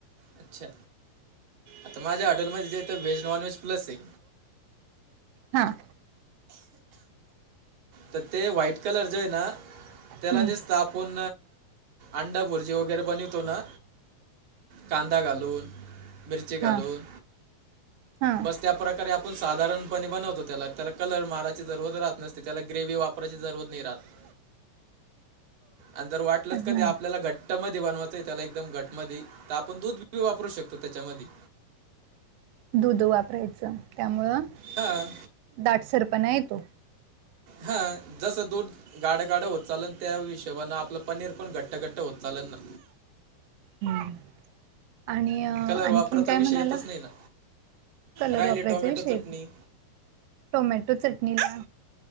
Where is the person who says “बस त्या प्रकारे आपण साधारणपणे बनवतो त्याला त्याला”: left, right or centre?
Right